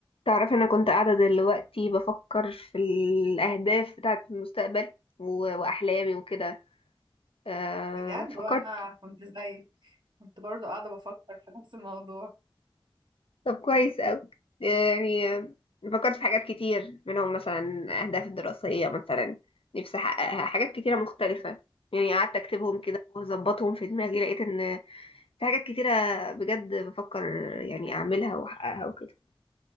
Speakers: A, on the left (about 90°); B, on the right (about 55°).
A: تعرفي انا كنت قاعده دلوقتي بفكر في الاهداف بتاعه المستقبل و- واحلامي وكده آه،
B: بجد
A: فكرت
B: وانا كنت زيك كنت برضو قاعدة بفكر في نفس الموضوع
A: طب كويس قوي يعني آه، فكرت في حاجات كتير منهم مثلا اهداف الدراسيه مثلا نفسي احققها حاجات كتيره مختلفه يعني قعدت اكتبهم كده واظبطهم في دماغي لقيت ان في حاجات كتيره بجد بفكر يعني اعملها واحققها وكده